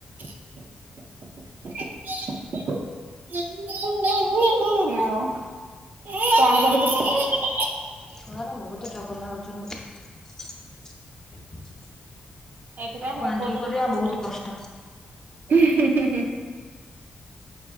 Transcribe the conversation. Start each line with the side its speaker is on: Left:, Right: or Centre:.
Right: <unintelligible>
Left: ଛଣାବା ବହୁତ। ଚଗଲା ହଉଛନ୍ତି।
Right: ଏଇଥିପାଇଁ
Left: ତାକୁ
Right: ମୋ
Left: ହାଣ୍ଡେଲ
Right: ପୁଅ ଏତେ
Left: କରିବା
Right: ଦୁଷ୍ଟ ହଉଚି
Left: ବହୁତ କଷ୍ଟ।
Right: <inaudible> ଇଁ ହିଁ ହିଁ ହିଁ।